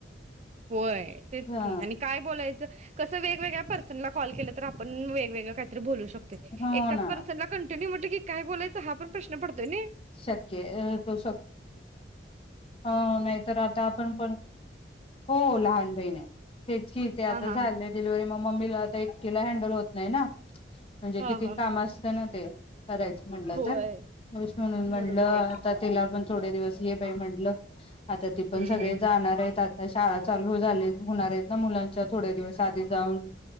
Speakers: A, on the right (about 40°); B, on the left (about 30°).
A: होय तेच
B: हा
A: की आणि काय बोलायचं कस वेगवेग पर्सनला कॉल केलं तर आ पण वेगग काहीत बोलू शकतो
B: हो
A: एकाच
B: ना
A: पर्सनला कंटिन्यू म्ह म्हटलं की काय बोलायचं हा पण प्रश्न पडतोय नय.
B: शक्य हा नाहीतर आता आपण पण हो लहान बहिण तेचकी ते आता
A: हा हा
B: जाल
A: हा
B: डिलेव्हरी म मम्मीला आता एकटीला हँडल होत नाही ना. म्हणजे
A: हा
B: किती
A: हा
B: काम
A: हा
B: असतं ना ते करायच म्हलं
A: होय
B: तर पुरुष म्हणून म्हणलं
A: बरोबर
B: आ
A: आहे की
B: तर तिला पण थोडे दिवस ये बाई म्हंटलं. आता ती पण
A: हम्म हम्म
B: सगळे
A: हम्म
B: जाणारे तात आ शाळा चालू झाली होणारेत ना मुलांच्या थोडे्या दिवस आधी जाऊन